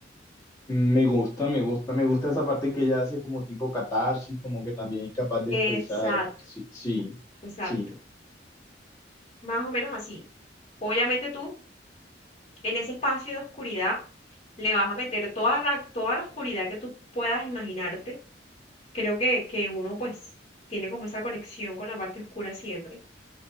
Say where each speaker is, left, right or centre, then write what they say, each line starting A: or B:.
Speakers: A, on the left; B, on the left.
A: Me gusta, me gusta, me gusta esa parte que ella hace como tipo catarsis, como que también es capaz de expresar,
B: Exacto,
A: sí, sí,
B: exacto.
A: sí,
B: Más o menos así. Obviamente tú, en ese espacio de oscuridad, le vas a meter toda la, toda la oscuridad que tú puedas imaginarte. Creo que, que uno pues tiene como esa conexión con la parte oscura siempre.